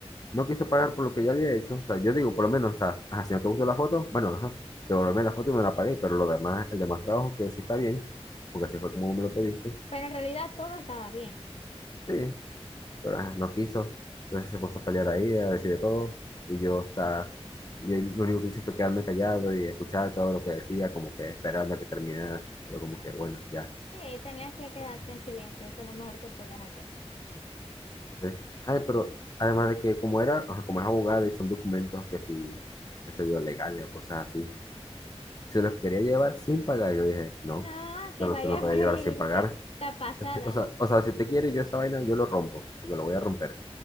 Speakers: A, on the left; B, on the left.
A: No quise pagar por lo que ya había hecho. O sea, yo digo, por lo menos, o sea, ajá, si no te gustó la foto, bueno, ajá, devolverme la foto y me la pagué, pero lo demás, el demás trabajo que sí está bien, porque así fue como me lo pediste.
B: Pero en realidad todo estaba bien.
A: Sí, pero ajá, no quiso. Entonces se puso a pelear ahí, a decir de todo. Y yo, está, yo lo único que hice fue quedarme callado y escuchar todo lo que decía, como que esperando a que terminara. Yo como que, bueno, ya.
B: Sí, tenías que quedarte
A: pues,
B: en silencio, eso es lo mejor que podías hacer.
A: Entonces, ay, pero además de que como era, ajá, como es abogado y son documentos que sí, qué sé yo, legales o cosas así. se los quería llevar sin pagar. Yo dije, no,
B: No,
A: esto
B: que
A: no
B: vaya
A: se lo
B: a
A: puede
B: <laughs> freírte.
A: llevar sin pagar.
B: Está pasada,
A: O sea, si- o sea, o sea, si usted quiere, yo esa vaina, yo lo rompo, porque lo voy a romper.